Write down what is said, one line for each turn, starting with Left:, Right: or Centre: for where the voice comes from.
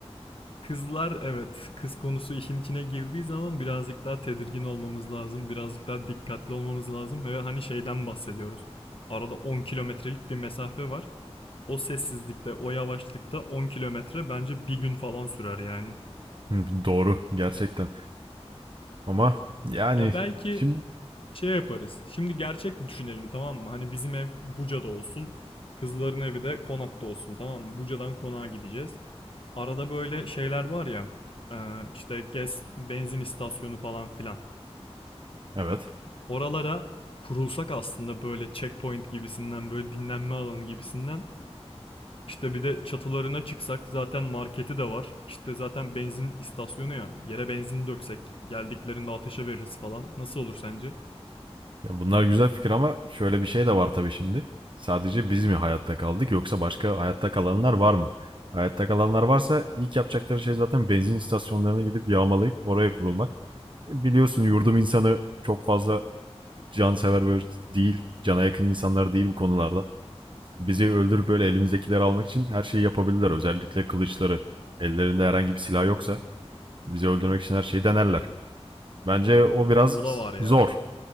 Left: Kızlar evet, kız konusu işin içine girdiği zaman birazcık daha tedirgin olmamız lazım, birazcık daha dikkatli olmamız lazım ve hani şeyden bahsediyoruz. Arada 10 kilometrelik bir mesafe var. O sessizlikte, o yavaşlıkta 10 kilometre bence bir gün falan sürer yani.
Right: Hı, Doğru gerçekten. Ama yani
Left: Ya belki
Right: şimdi
Left: şey yaparız. Şimdi gerçek düşünelim tamam mı? Hani bizim ev Buca'da olsun. Kızların evi de Konak'ta olsun tamam mı? Buca'dan Konak'a gideceğiz. Arada böyle şeyler var ya. e, işte gez, benzin istasyonu falan filan.
Right: evet.
Left: oralara kurulsak aslında böyle checkpoint gibisinden böyle dinlenme alanı gibisinden işte bir de çatılarına çıksak zaten marketi de var. İşte zaten benzin istasyonu ya. Yere benzin döksek geldiklerinde ateşe veririz falan. Nasıl olur sence?
Right: Ya bunlar güzel fikir ama şöyle bir şey de var tabii şimdi. Sadece biz mi hayatta kaldık yoksa başka hayatta kalanlar var mı? Hayatta kalanlar varsa ilk yapacakları şey zaten benzin istasyonlarına gidip yağmalayıp oraya kurulmak. Biliyorsun yurdum insanı çok fazla cansever böyle değil, cana yakın insanlar değil bu konularda. Bizi öldürüp böyle elimizdekileri almak için her şeyi yapabilirler. Özellikle kılıçları. Ellerinde herhangi bir silah yoksa bizi öldürmek için her şeyi denerler. Bence o biraz
Left: O da var ya.
Right: zor.